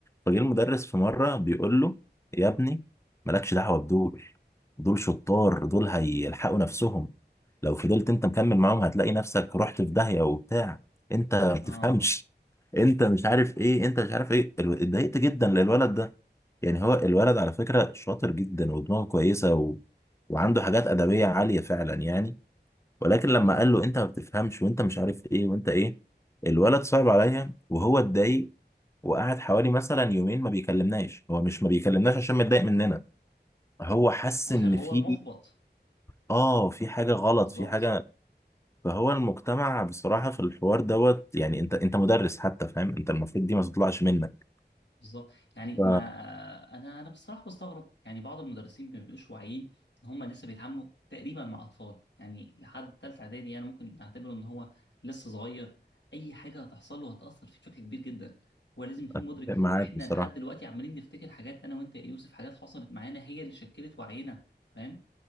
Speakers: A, on the left; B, on the left.
A: فجه المدرس في مره بيقول له يا ابني مالكش دعوه بدول دول شطار دول هيلحقوا نفسهم لو فضلت انت مكمل معاهم هتلاقي نفسك رحت في داهيه وبتاع انت ما بتفهمش
B: اه
A: انت مش عارف ايه انت مش عارف ايه الو- اتضايقت جدا للولد ده يعني هو الولد على فكرة شاطر جدا ودماغه كويسة و... وعنده حاجات أدبية عالية فعلا يعني ولكن لما قال له انت ما بتفهمش وانت مش عارف ايه وانت ايه الولد صعب عليا وهو اتضايق وقعد حوالي مثلا يومين ما بيكلمناش هو مش ما بيكلمناش عشان متضايق مننا هو حس
B: عشان
A: ان
B: هو
A: في
B: محبط
A: اه في حاجة غلط
B: بالظبط
A: في حاجة فهو المجتمع بصراحة في الحوار دوت يعني انت انت مدرس حتى فاهم انت المفروض دي ما تطلعش منك
B: بالظبط يعني
A: ف-
B: ما انا انا بصراحه بستغرب يعني بعض المدرسين ما بيبقوش واعيين ان هم لسه بيتعاملوا تقريبا مع اطفال يعني لحد ثالثه اعدادي انا ممكن اعتبره ان هو لسه صغير اي حاجه هتحصل له هتاثر فيه بشكل كبير جدا هو لازم يكون
A: اتفق
B: مدرك
A: معاك
B: احنا
A: بصراحة
B: لحد دلوقتي عمالين نفتكر حاجات انا وانت يا يوسف حاجات حصلت معانا هي اللي شكلت وعينا فاهم